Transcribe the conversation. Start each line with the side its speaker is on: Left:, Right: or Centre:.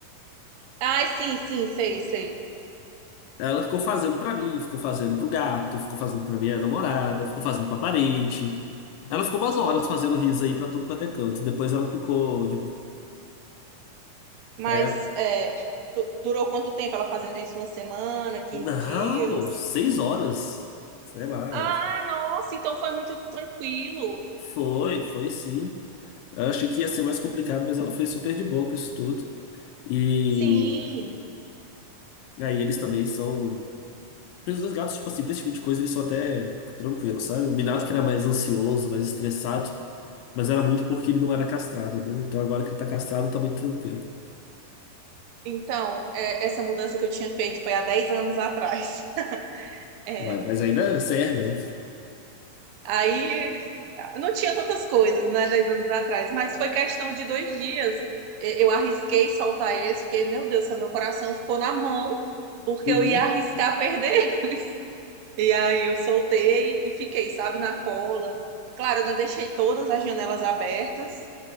Right: Ai, sim, sim, sei, sei.
Left: Ela ficou fazendo pra mim, ficou fazendo pro gato, ficou fazendo pra minha namorada, ficou fazendo pra parede. Ela ficou umas horas fazendo riso aí pra tudo quanto é canto. Depois ela ficou de boa.
Right: Mas
Left: Aí ela,
Right: é, tu- durou quanto tempo ela fazendo isso? Uma semana, 15
Left: não,
Right: dias?
Left: seis horas. Sei lá, ela
Right: Ah,
Left: ficou,
Right: nossa, então foi muito tranquilo.
Left: foi, foi sim. Eu achei que ia ser mais complicado, mas ela foi super de boa com isso tudo. E
Right: Sim,
Left: aí eles também são. Os dois gatos, tipo assim, pra esse tipo de coisa, eles são até tranquilos, sabe? O Minato que era mais ansioso, mais estressado. Mas era muito porque ele não era castrado, né? Então agora que ele tá castrado, tá muito tranquilo.
Right: então, é, essa mudança que eu tinha feito foi há 10 anos atrás. <laughs> É,
Left: Ué, mas ainda serve, aí.
Right: aí não tinha tantas coisas, né, 10 anos atrás, mas foi questão de dois dias. E- Eu arrisquei soltar eles, porque, meu Deus, meu coração ficou na mão, porque
Left: Uhum,
Right: eu ia arriscar perder. <laughs> E aí eu soltei e fiquei, sabe, na cola. Claro, eu não deixei todas as janelas abertas,